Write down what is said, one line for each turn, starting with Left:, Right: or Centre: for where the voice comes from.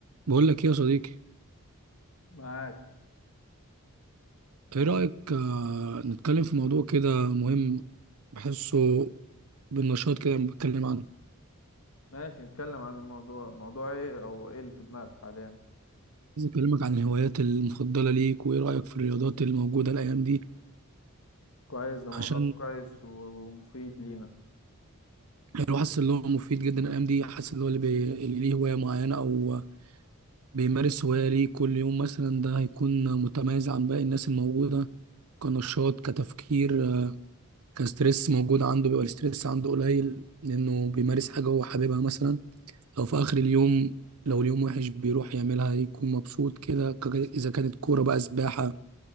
Right: بقول لك ايه يا صديقي
Left: معاك
Right: ايه رأيك آه، نتكلم في موضوع كده مهم بحسه بالنشاط كده لما بتكلم عنه
Left: ماشي نتكلم عن الموضوع موضوع ايه او ايه اللي في دماغك حاليا
Right: عايز اكلمك عن الهوايات المفضلة ليك وايه رأيك في الرياضات الموجودة الايام دي
Left: كويس ده موضوع
Right: عشان
Left: كويس و- ومفيد لينا
Right: الواحد حاسس ان هو مفيد جدا الايام دي حاسس ان هو اللي, بي... اللي ليه هواية معينة او بيمارس هواية ليه كل يوم مثلا ده هيكون متميز عن باقي الناس الموجودة كنشاط كتفكير آه، كستريس موجود عنده بيبقى الاستريس عنده قليل لانه بيمارس حاجة هو حاببها مثلا لو في اخر اليوم لو اليوم وحش بيروح يعملها يكون مبسوط كده ك- اذا كانت كوره بقى سباحه